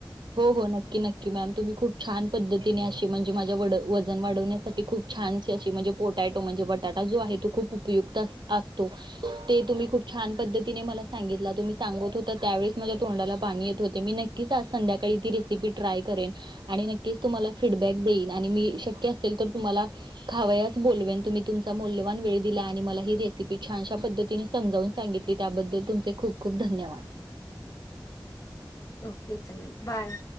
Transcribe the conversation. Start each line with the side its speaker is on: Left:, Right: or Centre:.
Right: हो हो नक्की नक्की मॅम. तुम्ही खूप छान पद्धतीने अशी म्हणजे माझ्या वड वजन वाढवण्यासाठी खूप छानशी अशी म्हणजे पोटॅटो म्हणजे बटाटा जो आहे तो खूप उपयुक्त अस असतो. ते तुम्ही खूप छान पद्धती तिने मला सांगितला तुम्ही सांगत होता त्यावेळीस माझ्या तोंडाला पाणी येत होते. मी नक्कीच आज संध्याकाळी ती रेसे पी ट्राय करेन आणि नक्कीच तुम्हाला फीडबॅक देईन. आणि मी शक्य असेल तर तुम्हाला खावयास बोलवेन. तुम्ही तुमचा मौल्यवान वेळ दिला आणि मला ही रेसिपी छानशा पद्धतीने समजावून सांगितली त्याबद्दल तुमचे खूप खूप धन्यवाद.
Left: ओके चालेल. बाय.